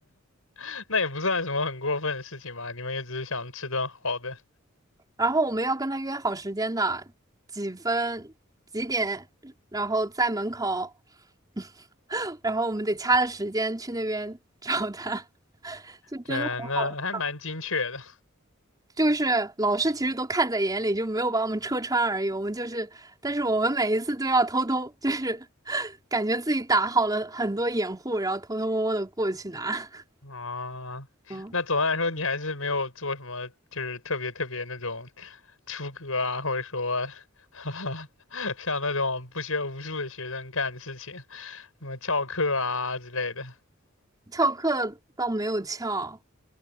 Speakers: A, on the left; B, on the right.
A: <laughs> 那也不算什么很过分的事情吧？你们也只是想吃顿好的。
B: 然后我们要跟他约好时间的，几分几点，然后在门口，<laughs> 然后我们得掐着时间去那边找他，<laughs> 就真的很好，
A: 对，那还蛮精确的
B: 就是老师其实都看在眼里，就没有把我们戳穿而已。我们就是，但是我们每一次都要偷偷，就是 <laughs> 感觉自己打好了很多掩护，然后偷偷摸摸的过去拿。<laughs>
A: 啊。
B: 嗯。
A: 那总的来说，你还是没有做什么，就是特别特别那种出格啊，或者说 <laughs> 像那种不学无术的学生干的事情，什么翘课啊之类的。<laughs>
B: 翘课倒没有翘，